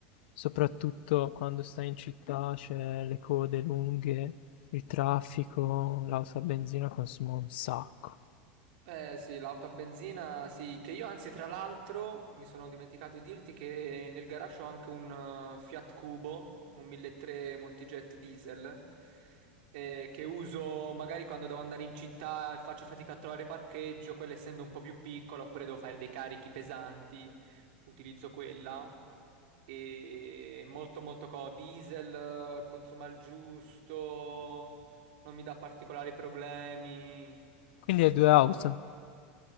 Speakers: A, on the left (about 75°); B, on the right (about 70°).
A: soprattutto quando stai in città, c'è le code lunghe, il traffico, l'auto a benzina consuma un sacco.
B: Eh sì, l'auto a benzina, sì, che io anzi tra l'altro mi sono dimenticato di dirti che nel garage ho anche un eh, Fiat Cubo, un 1.3 multijet diesel, eh, che uso magari quando devo andare in città e faccio fatica a trovare parcheggio, quella essendo un po' più piccola, oppure devo fare dei carichi pesanti, utilizzo quella. E molto molto co, diesel, eh, consuma il giusto, non mi dà particolari problemi.
A: Quindi hai due
B: Eh,
A: auto.